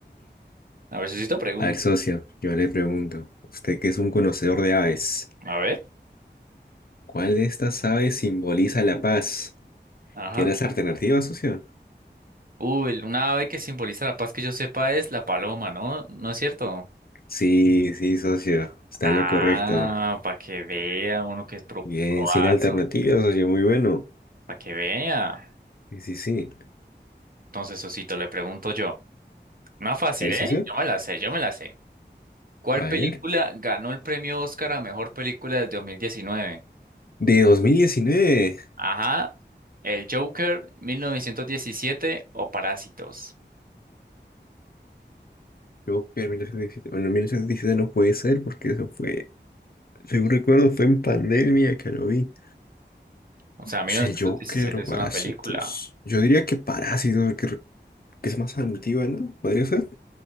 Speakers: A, on the right; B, on the left.
A: A ver, sociito, pregúnteme.
B: A ver, socio, yo le pregunto, usted que es un conocedor de aves,
A: A ver.
B: ¿cuál de estas aves simboliza la paz?
A: Ajá.
B: ¿Quieres las alternativas, socio?
A: Uy, una ave que simboliza la paz que yo sepa es la paloma, ¿no? ¿No es cierto?
B: Sí, sí, socio, está
A: Ah,
B: en lo correcto.
A: para que vea uno que es pro,
B: Bien,
A: proazo,
B: sin alternativas, socio, muy bueno.
A: para que vea.
B: Sí, sí, sí.
A: Entonces, Osito, le pregunto yo. Más fácil,
B: A ver,
A: ¿eh?
B: socio,
A: Yo me la sé, yo me la sé. ¿Cuál
B: a
A: película
B: ver.
A: ganó el premio Oscar a mejor película del 2019?
B: De 2019.
A: Ajá, El Joker, 1917 o Parásitos.
B: Yo, en 1917, bueno, en 1917 no puede ser porque eso fue, según recuerdo, fue en pandemia que lo vi.
A: O sea, mil
B: Es
A: novecientos
B: El Joker
A: diecisiete
B: o
A: es
B: Parásitos.
A: una película.
B: Yo diría que Parásitos, que es más antigua, ¿no? ¿Podría ser?